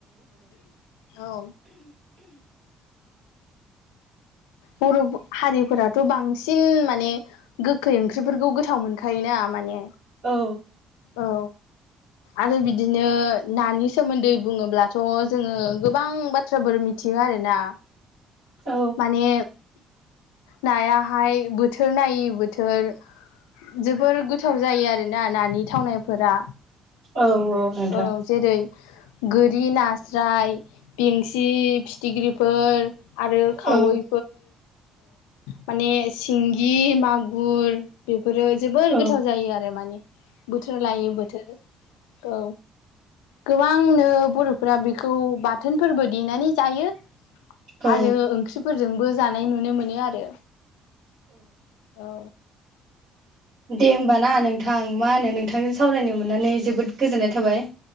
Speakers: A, on the left; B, on the right.
A: औ बर' हारिफोराथ' बांसिन माने गोखा गोखै ओंख्रिफोरखौ गोथाव मोनखायोना माने
B: औ
A: औ आरो बिदिनो नानि सोमोन्दै बुङोब्लाथ' जोङो गोबां बाथ्राफोर मिथियो आरो। आरो ना
B: औ
A: माने नायाहाय बोथोर नायै बोथोर जोबोर गोथाव जायो आरोना नानि थावनायफोरा।
B: औ औ नोंथां।
A: औ जेरै गोरि नास्राय बेंसि फिथिख्रिफोर। आरो खावै
B: औ
A: माने सिंगि मागुर बेफोरो जोबोर
B: औ
A: गोथाव जायो आरो माने बोथोर लायो बोथोर औ। गोबांनो बर'फोरा बेखौ बाथोनफोरबो देनानै जायो।
B: औ
A: आरो ओंख्रिफोरजोंबो जानाय नुनो मोनो आरो। औ
B: दे होमबा ना नोंथां मा होनो नोंथांजों सावरायनो मोननानै जोबोद गोजोननाय थाबाय।